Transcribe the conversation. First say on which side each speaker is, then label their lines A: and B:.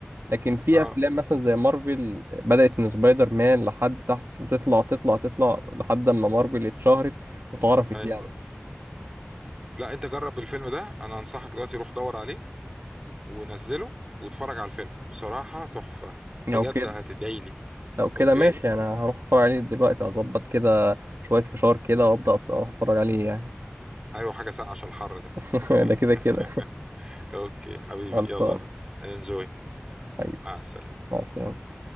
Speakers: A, on the right (about 75°); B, on the right (about 20°).
A: لكن في
B: اه
A: أفلام مثلا زي مارفل بدأت من سبايدر مان لحد تحت وتطلع تطلع تطلع لحد ما مارفل اتشهرت واتعرفت
B: اي
A: يعني
B: لا انت جرب الفيلم ده انا انصحك دلوقتي روح دور عليه ونزله واتفرج على الفيلم بصراحة تحفة
A: لو
B: بجد
A: كده
B: هتدعي لي
A: لو كده
B: اوكي
A: ماشي أنا هروح أتفرج عليه دلوقتي هظبط كده شوية فشار كده وأبدأ أروح أتفرج عليه يعني
B: ايوه حاجة ساقعة عشان الحر ده
A: <laughs>
B: اوكي
A: ده كده
B: <laughs>
A: كده <laughs>
B: اوكي حبيبي
A: خلصانة
B: يلا انجوي
A: حبيبي
B: مع السلامة
A: مع السلامة